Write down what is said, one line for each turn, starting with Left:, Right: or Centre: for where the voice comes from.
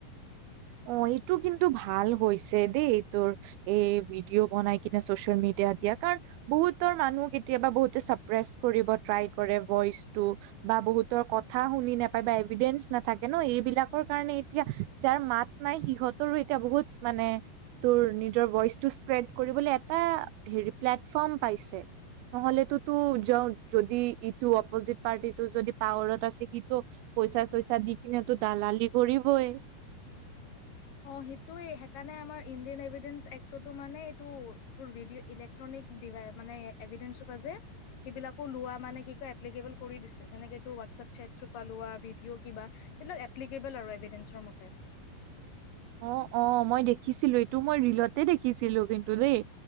Right: অ এইটো কিন্তু ভাল হৈছে দেই তোৰ এই ভিডিঅ' বনাই কিনে চচিয়েল মিডিয়াত দিয়া কাৰণ বহুতৰ মানুহ কেতিয়াবা বহু ছাপেজ কৰিব ট্ৰাই কৰে ভইচটো বা বহুত কথা শুনি নাপায় বা এভিডেন্স নাথে ন এইবিলাক যাব কাৰণে এতিয়া যাৰ মাত নাই সিহঁতৰো এতিয়া বহুত মানে তোৰ নিজৰ ভইচটো স্প্ৰেড কৰিবলৈ এটা হেৰি প্লেটফৰ্ম পাইছে নহলেতো তো যদি ইটো অপজিত পাৰ্টিটো যদি পাৱাৰত আছে সিটো পইচা চইচা দি কিনে তো দালালি কৰিবই
Left: অঁ সেইটোৱে সেইকাৰণে আমাৰ ইণ্ডিয়ান এভিডেন্ঞ্চ এক্টতো মানে এইটো তোৰ ভিডিঅ' ইলেক্ট্ৰনিক ডিভাই মানে এভিডেন্সৰোপা যে সেইবিলাকো লোৱা মানে কি কয় এপ্লিকেবল কৰি দিছে তেনেকে এইটোৰ হোৱাটছএপ চেটছৰোপা লোৱা ভিডিঅ' কিবা সেইবিলাক এপ্লিকেবল আৰু এভিডেসৰ মতে
Right: অ অ মই দেখিছিলো এইটো মই ৰীলতে দেখিছিলো কিন্তু দেই